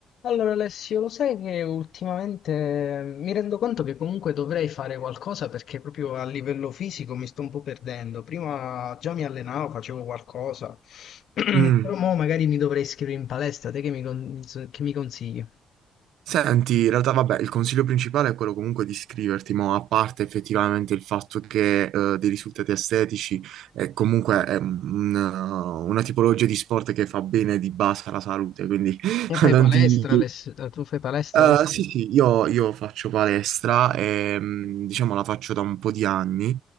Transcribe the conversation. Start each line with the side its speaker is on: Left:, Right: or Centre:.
Left: Allora Alessio, lo sai che ultimamente eh, mi rendo conto che comunque dovrei fare qualcosa perché proprio a livello fisico mi sto un po' perdendo. Prima già mi allenavo, facevo qualcosa, <clears throat> però
Right: Mm.
Left: mo magari mi dovrei iscrivere in palestra. Te che mi, con- che mi consigli?
Right: Senti, in realtà vabbè, il consiglio principale è quello comunque di iscriverti, ma a parte effettivamente il fatto che eh, dei risultati estetici è comunque è un- una tipologia di sport che fa bene di base alla salute, quindi <laughs>
Left: Te fai
Right: non
Left: palestra,
Right: ti,
Left: Alessio? Tu fai palestra,
Right: Eh,
Left: Alessio?
Right: sì, sì, io, io faccio palestra e mm, diciamo la faccio da un po' di anni.